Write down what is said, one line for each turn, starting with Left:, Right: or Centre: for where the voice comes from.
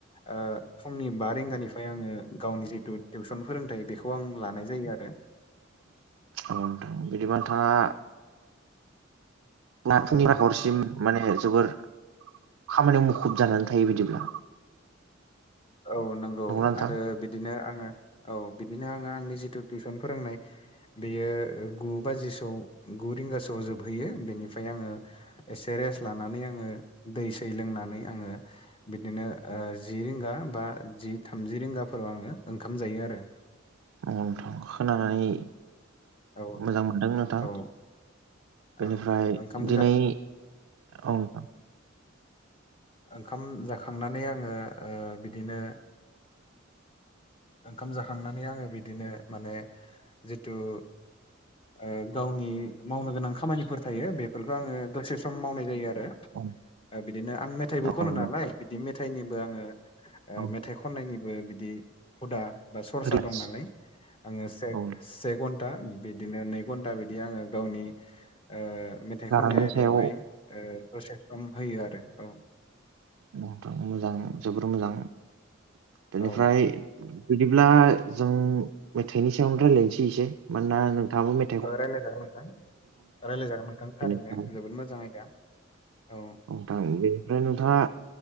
Left: ओ फुंनि बा रिंगानिफ्राय आङो गावनि जिथु टिउसन फोरोंथाइ बेखौ आं लानाय जायो आरो
Right: औ नोथां बिदिबा नोंथाङा ना फुंनिफ्राय
Left: औ
Right: हरसिम माने जोबोर खामानियाव मुखुब जानानै थायो बिदिब्ला।
Left: औ नंगौ
Right: नंगौना नोंथां
Left: आरो बिदिनो आङो औ बिदिनो आङो आंनि जिथु टिउसन फोरोंनाय बेयो गु बाजिसौ गु रिंगासोआव जोबहैयो बेनिफ्राय आङो एसे रेस्ट लानानै आङो दै सै लोंनानै आङो बिदिनो ओ जि रिंगा बा जि थामजि रिंगाफोराव आङो ओंखाम जायो आरो।
Right: आंथ' खोनानानै'
Left: औ
Right: मोजां मोनदों नोंथां
Left: औ
Right: बेनिफ्राय
Left: औ ओंखाम
Right: दिनै
Left: जा
Right: औ नोंथां।
Left: ओंखाम जाखांनानै आङो ओ बिदिनो ओंखाम जाखांनानै आङो बिदिनो माने जिथु ओ गावनि मावनो गोनां खामानिफोर थायो बेफोरखौ आङो दसे सम मावनाय जायो आरो।
Right: औ।
Left: ओ बिदिनो आं मेथाइबो खनो
Right: औ
Left: नालाय बिदि मेथाइनिबो आङो ओ
Right: औ
Left: मेथाइ खननायनिबो बिदि हुदा बा सरसा
Right: रिल्स
Left: दं नालाय आङो से
Right: औ
Left: से घन्टा बिदिनो नै घन्टा बिदि आङो गावनि ओ मेथाइ
Right: गारांनि
Left: खननाय आयदायावहाय
Right: सायाव
Left: ओ दसे सम होयो आरो औ
Right: नोंथां मोजां जोबोर मोजां बेनिफ्राय
Left: औ
Right: बिदिब्ला जों मेथाइनि सायावनो रायलायनोसै इसे मानोना नोंथाङाबो मे
Left: ओ रायलायजागोन नोंथां रायलायजागोन नोंथां
Right: बेनिफ्राय
Left: थारैनो जोबोद मोजां आयदा। औ।
Right: नोंथां औ बेनिफ्राय नोंथाङा